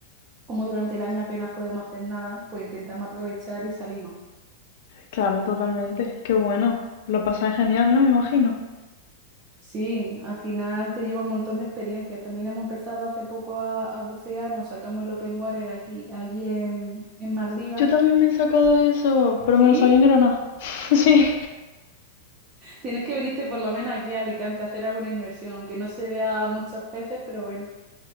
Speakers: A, on the right; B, on the left.
A: como durante el año apenas podemos hacer nada, pues intentamos aprovechar y salimos.
B: claro, totalmente. Qué bueno. Lo pasáis genial, ¿no? Me imagino.
A: Sí, al final te lleva un montón de experiencias. También hemos empezado hace poco a, a bucear, nos sacamos el open water aquí, allí en, en Maldivas.
B: Yo también me he sacado eso, pero
A: Sí,
B: me lo saqué en Granada. <laughs> Sí,
A: tienes que venirte por lo menos aquí a Alicante a hacer alguna inmersión, aunque no se vea muchos peces, pero bueno.